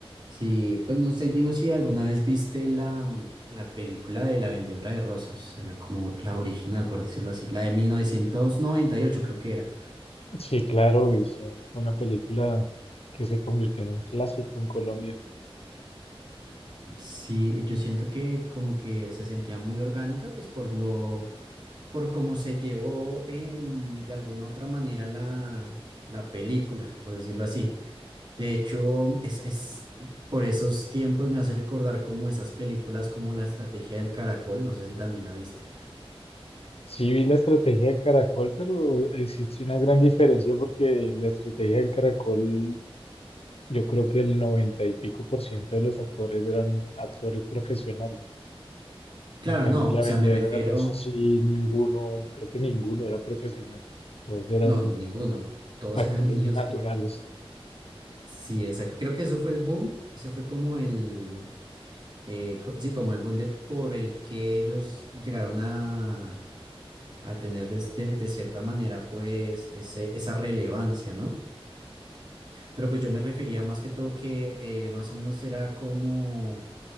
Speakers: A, on the right; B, on the left.
A: Sí, pues no sé, Gino, si alguna vez viste la, mm, la película de La Vendedora de Rosas, o sea, como la original, por decirlo así, la de 1998, creo que era.
B: Sí, claro, y esa fue una película que se convirtió en un clásico en Colombia.
A: Sí, yo siento que como que se sentía muy orgánica, pues por lo, por cómo se llevó em, de alguna otra manera la, la película, por decirlo así. De hecho, mm, es, es, por esos tiempos me hace recordar como esas películas como La Estrategia del Caracol, no sé si también la viste.
B: Sí vi la estrategia del caracol, pero existe una gran diferencia porque la estrategia del caracol, yo creo que el noventa y pico por ciento de los actores eran actores profesionales.
A: Claro,
B: En cambio,
A: no,
B: en la
A: o
B: vendedora
A: sea, me refiero...
B: de rosas sí ninguno, creo que ninguno era profesional. Todos eran
A: No, ninguno. Todos
B: actores
A: eran <laughs> niños
B: naturales.
A: que... Sí, exacto. Creo que eso fue el boom. Ese fue como el... eh, co- sí, como el boom de por el que ellos llegaron a, a tener des- de, de cierta manera, pues, ese, esa relevancia, ¿no? Pero pues yo me refería más que todo que eh, más o menos era como